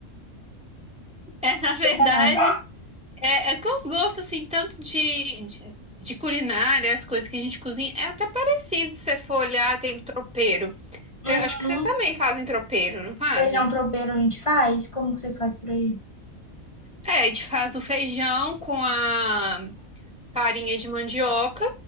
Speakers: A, in the centre; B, on the left.
A: É, na verdade,
B: Verdade.
A: é, é que os gostos, assim, tanto de, de, de culinária, as coisas que a gente cozinha, é até parecido se você for olhar, tem o tropeiro.
B: Uhum.
A: Tem- acho que vocês também fazem tropeiro, não fazem?
B: Feijão tropeiro a gente faz? Como que vocês fazem por aí?
A: É, a gente faz o feijão com a farinha de mandioca.